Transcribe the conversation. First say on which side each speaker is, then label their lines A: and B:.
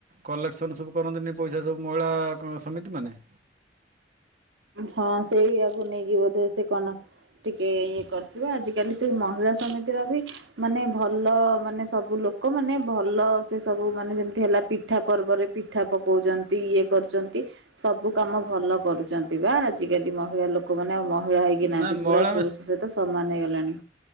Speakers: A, on the right; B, on the right.
A: କଲେକ୍ସନ୍ ସବୁ କରନ୍ତିନି ପଇସା ସବୁ ମହିଳା ସମିତି ମାନେ।
B: ହଁ ସେଇ ଆକୁ ନେଇକି ବଧେ ସେ କଣ ଟିକେ ଏଇ କରିଥିବେ। ଆଜିିକାଲି ସେଇ ମହିଳା ସମିତିର ବି ମାନେ ଭଲ ମାନେ ସବୁ ଲୋକ ମାନେ ଭଲ। ସେ ସବୁ ମାନେ ଯେମିତି ହେଲା ପିଠା ପର୍ବରେ ବି। ମିଠା ପକଉଛନ୍ତି। ଇଏ କରୁଛନ୍ତି ସବୁ କାମ ଭଲ କରୁଛନ୍ତି। ବା ଆଜିକାଲି ମହିଳା ଲୋକମାନେ ଆଉ ମହିଳା ହେଇକି ନାହାନ୍ତି।
A: ନାଇଁ
B: ପୁରା
A: ମହିଳା
B: ପୁରୁଷ ସହିତ ସମାନ ହେଇଗଲାଣି।